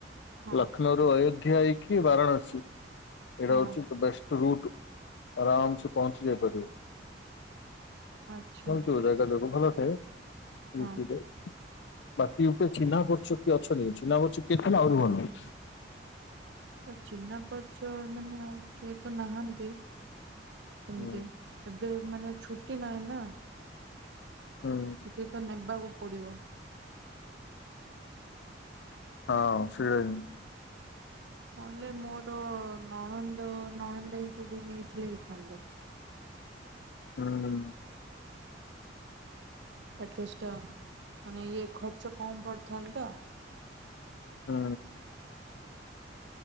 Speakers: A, on the right; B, on the left.
A: ହଁ
B: ଲକ୍ଷ୍ନୌ ଆ ଅଯୋଧ୍ୟା ହେଇକି ବାରାଣସୀ ଏଇଟା
A: ହଁ
B: ହେଉଛି ତ ବେଷ୍ଟ ରୁଟ୍ ଆରାମ ସେ ପହଞ୍ଚି ଯାଇପାରିବ।
A: ଆଚ୍ଛା
B: <unintelligible> ଜଗା ଯାକ ଭଲ ଥାଏ ୟୁ
A: ହଁ
B: ପି ରେ ବାକି ୟୁ ପି ରେ ଚିହ୍ନା ପରିଚୟ କିଏ ଅଛନ୍ତିି ଚିହ୍ନା ପରିଚୟ କିଏ ଥିଲେ ଆହୁରି ଭଲ
A: ଆ ଚିହ୍ନା ପାରିଚୟ ମାନେ ଆଉ କିଏ ତ ନାହାନ୍ତି କେମିତି?
B: ହୁଁ
A: ଏବେ ମାନେ ଛୁଟି ନାହିଁ ନା
B: ହଁ।
A: ତତେ ତ ନେବାକୁ ପଡିବ।
B: ହଁ ସେ <unintelligible>
A: ନହଲେ ମୁଁ ତୋ ନଣନ୍ଦ ନଣନ୍ଦଙ୍କୁ ବି ନେଇଥିଲେ ହେଇଥାନ୍ତା।
B: ହୁଁ।
A: ପ୍ୟାକେଜ ଟା ମାନେ ଇଏ ଖର୍ଚ୍ଚ କମ ପଡିଥାନ୍ତା।
B: ହୁଁ।